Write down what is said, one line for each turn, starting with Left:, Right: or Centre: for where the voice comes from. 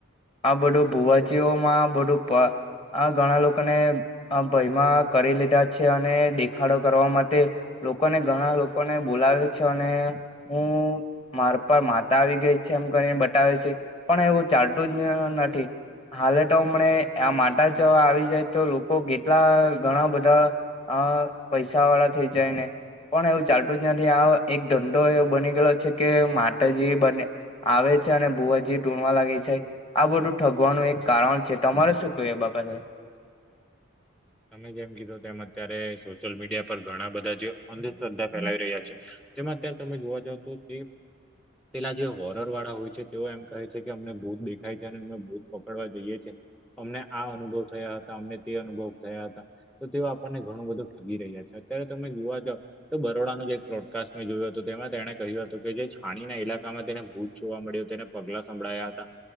Left: આ બધું ભૂવાચઓમાં બધું આ ઘણા લોકોને હ ભયમાં કરી લીધા છે અને દેખાડો કરવા માટે લોકોને ઘણા લોકોને બોલાવે છે અને હું મારે પર માતા આવી ગઈ છે એમ ઘણી બતાવે છે, પણ એવું ચાલતું જ નથી. હાલે તો હમને આ માતા જ આવી જાય તો લોકો કેટલા ઘણા બધા, અ પૈસા પસા વાળા થઈ જાય ને. પણ એવું ચાલતું જ નથી આ એક ધંધો એવો બની ગયો છે કે માતાજી બને આવે છે અને બુઆજી ઢોણવા લાગે છે. આ બધું ઠગવાનું એક કારણ છે તમારે શું ક એ બાબતે.
Centre: તમે જેમ કીધું તેમ અત્યારે સોશિયલ મીડિયા પર ઘણા બધા જે અંધશ્રદ્ધા ફેલાવી રહ્યા છે. તેમાં અત્યારે તમે જોવા જાવ તો તે પેલા જે હોરર વાળા હોય છે. તેઓ એમ કહે છે કે અમને ભૂત દેખાય છે અને અમે ભૂત પકડવા જઈએ છીએ. અમને આ અનુભવ થયા હતા અમને તે અનુભવ થયા હતા. તો તેઓ આપણને ઘણું બધું ઠગી રહ્યા છે અત્યારે તમે જોવા જ. તો બરોડાનું જે એક પ્રોડકાસ્ટ મેં જોયું હતું તેમાં તેણે કહ્યું હતું કે જે છાણીના ઇલાકામાં તેને ભૂજ જોવા મળ્યો તેને પગલા સંભળાયા હતા.